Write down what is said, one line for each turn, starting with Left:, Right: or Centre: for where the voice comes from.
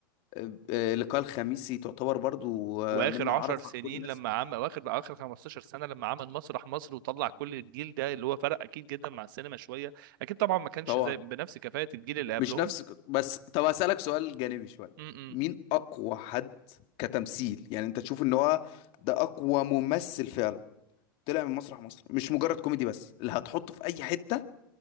Left: آه، آه، لقاء الخميسي تعتبر برضو آه،
Right: واخر
Left: منة
Right: عشر
Left: عرفة
Right: سنين
Left: كل الناس
Right: لما عمل واخر اخر 15 سنه لما عمل مسرح مصر وطلع كل الجيل ده اللي هو فرق اكيد جدا مع السينما شويه اكيد طبعا ما كانش
Left: طبعا
Right: زي بنفس كفاءه الجيل اللي
Left: مش
Right: قبلهم
Left: نفس بس طب هسألك سؤال جانبي شوية
Right: م-م.
Left: مين أقوى حد كتمثيل يعني أنت تشوف إن هو ده أقوى ممثل فعلا طلع من مسرح مصر مش مجرد كوميدي بس اللي هتحطه في أي حتة